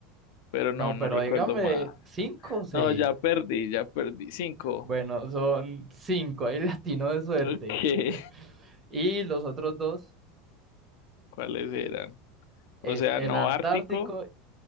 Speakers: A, on the left; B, on the right.
A: pero
B: No,
A: no, no
B: pero
A: recuerdo
B: dígame
A: más.
B: cinco o seis.
A: No, ya perdí, ya perdí. Cinco.
B: Bueno, son cinco, ahí <laughs> latino de suerte.
A: Ok, <laughs>
B: Y los otros dos
A: ¿cuáles eran?
B: es
A: O sea,
B: el
A: no
B: Antártico,
A: ártico